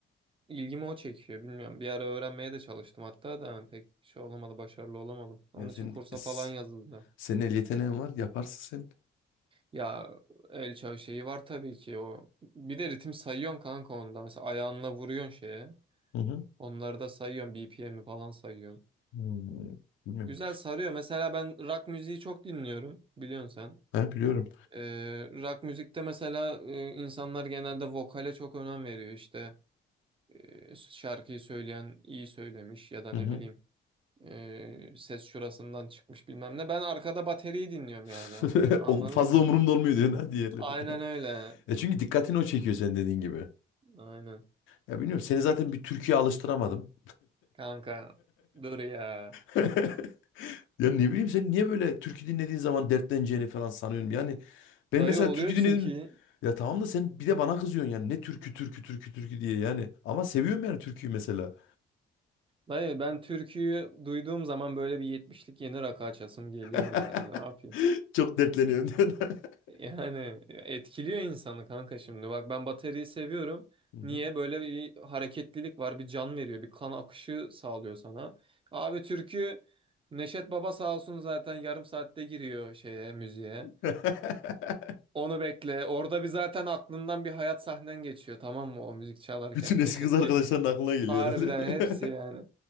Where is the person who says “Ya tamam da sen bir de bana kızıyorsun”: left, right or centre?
Left